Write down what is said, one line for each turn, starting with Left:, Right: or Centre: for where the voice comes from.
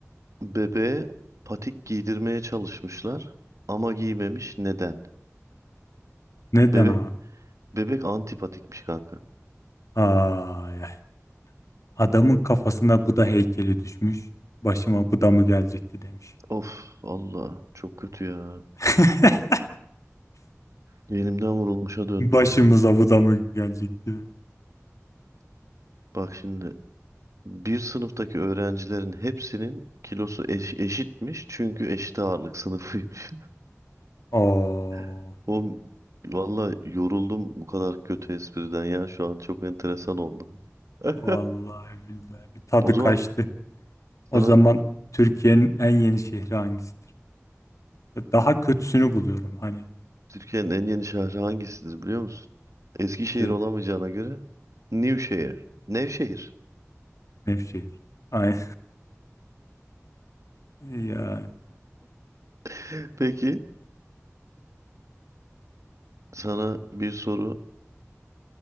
Right: bebeğe patik giydirmeye çalışmışlar. Ama giymemiş. Neden?
Left: neden
Right: Bebek
Left: abi?
Right: Bebek antipatikmiş kanka.
Left: Ay, ay. adamın kafasına Buda heykeli düşmüş. Başıma Buda mı gelecekti demiş.
Right: Of Allah çok kötü ya.
Left: <laughs>
Right: Elimden vurulmuşa döndüm
Left: Başımıza
Right: ya.
Left: Buda mı gelecekti?
Right: Bak şimdi bir sınıftaki öğrencilerin hepsinin kilosu eş- eşitmiş çünkü eşit ağırlık sınıfıymış.
Left: Oo.
Right: <laughs> Oğlum valla yoruldum bu kadar kötü espriden ya şu an çok enteresan oldu. <laughs>
Left: Vallahi billahi bir tadı
Right: O zaman
Left: kaçtı. O
Right: sana
Left: zaman Türkiye'nin en yeni şehri hangisidir? Daha kötüsünü buluyorum hani
Right: Türkiye'nin en yeni şehri hangisidir biliyor musun? Eskişehir
Left: işte
Right: olamayacağına göre Nevşehir. Nevşehir.
Left: Nevşehir. Ay <laughs> ya
Right: <laughs> Peki sana bir soru